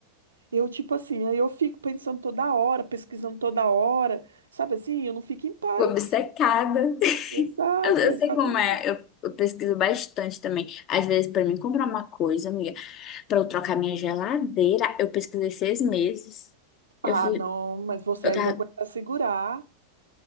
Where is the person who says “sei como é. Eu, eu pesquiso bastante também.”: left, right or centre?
Left